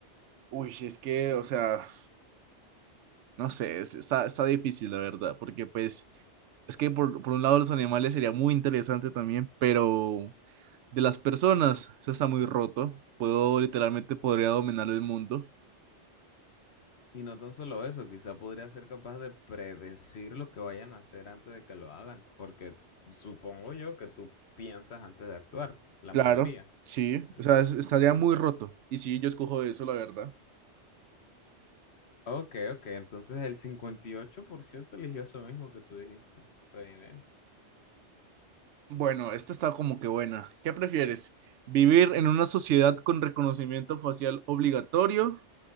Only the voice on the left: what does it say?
Y no tan solo eso, quizá podría ser capaz de predecir lo que vayan a hacer antes de que lo hagan, porque supongo yo que tú piensas antes de actuar, la
mayoría.
Ujú.
Ok, ok, entonces el 58% eligió eso mismo que tú dijiste. Está bien, bien.